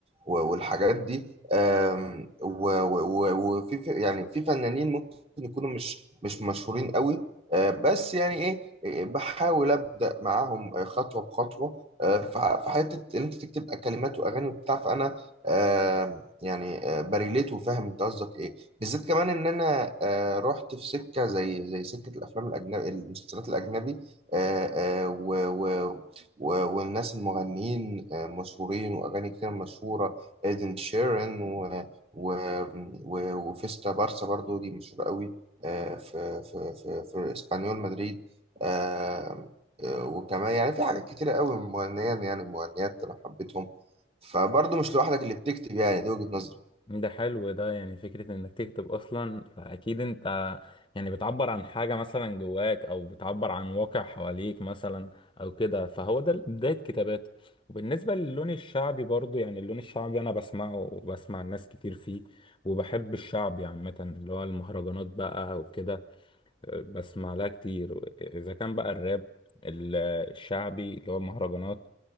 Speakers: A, on the right; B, on the left.
A: و- والحاجات دي آم، و- و- و- وفي ف- يعني في فنانين ممكن يكونوا مش مش مشهورين قوي آه، بس يعني ايه إيه، بحاول ابدا معاهم آه، خطوه بخطوه آه، ف- في حته ان انت تكتب كلمات واغاني وبتاع فانا آم، يعني آه، بريليت وفاهم انت قصدك ايه بالذات كمان ان انا آه، رحت في سكه زي زي سكه الافلام الاجنبي المسلسلات الاجنبي آه، آه، و- و- و- والناس المغنيين آه، مشهورين واغاني كتير مشهوره إيدن شيران و... و... و... وفيستا بارسا برضو دي مشهورة قوي آه، في في في في اسبانيول مدريد آه، آه، وكمان يعني في حاجات كتيرة قوي مغنيين يعني مغنيات أنا حبيتهم فبرضو مش لوحدك اللي بتكتب يعني دي وجهة نظري
B: ده حلو ده يعني فكرة انك تكتب اصلا فاكيد انت يعني بتعبر عن حاجة مثلا جواك او بتعبر عن واقع حواليك مثلا او كده فهو ده بداية كتاباتي وبالنسبة للون الشعبي برضو يعني اللون الشعبي انا بسمعه وبسمع الناس كتير فيه وبحب الشعبي عامة اللي هو المهرجانات بقى وكده أه، بسمع لها كتير اذا كان بقى الراب الشعبي اللي هو المهرجانات